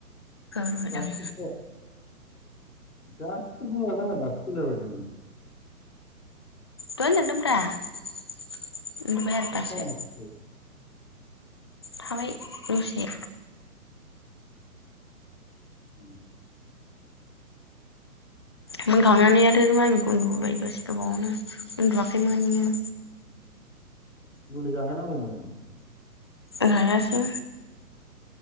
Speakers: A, on the left; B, on the left.
A: <unintelligible>
B: होदों हो दहाय
A: <unintelligible> दासो फैलाबायदों।
B: दहायनो दानदों ब्र ओमफ्राय आरो
A: खालामफैखो?
B: दासो। थाबाय दसे
A: उम
B: मोनखांनानै आरो मामिखौ उन्दुहोबा दसे गोबावनो उन्दुआखैमोन इयो।
A: मुलि जाहोनांगौमोन।
B: लायाखै